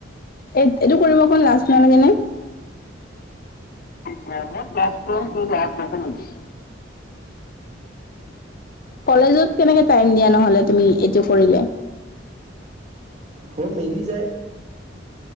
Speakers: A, on the left; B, on the right.
A: এই এইটো কৰিব কাৰণে লাজ নালাগে নে? কামত লাজ কৰিলে লাভ হ'ব নেকি? কলেজত কেনেকে টাইম দিয়া নহলে তুমি এইটো কৰিলে?
B: চব মিলি যায়।